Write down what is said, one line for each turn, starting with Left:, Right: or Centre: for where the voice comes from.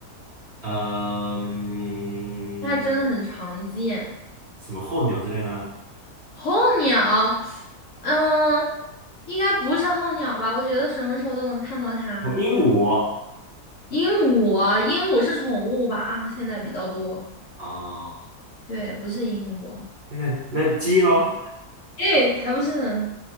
Right: 嗯，
Left: 它真的很常见。
Right: 什么候鸟之类的，
Left: 候鸟，嗯，应该不是候鸟吧？我觉得什么时候都能看到它。
Right: 哦，鹦鹉，
Left: 鹦鹉，鹦鹉是宠物吧？啊，现在比较多。
Right: 啊，
Left: 对，不是鹦鹉。
Right: 那那鸡喽。
Left: 诶，才不是呢，